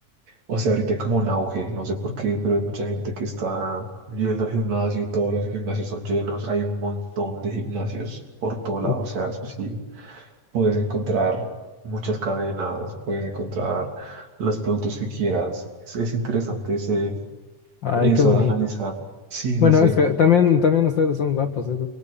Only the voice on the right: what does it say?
o sea, ahorita hay como un auge, no sé por qué, pero hay mucha gente que está yendo al gimnasio y todos los gimnasios son llenos, hay un montón de gimnasios por todo lado,
o sea, eso sí, puedes encontrar muchas cadenas, puedes encontrar los productos que quieras. Es, es interesante ese,
eso
de analizar. Sí,
no sé.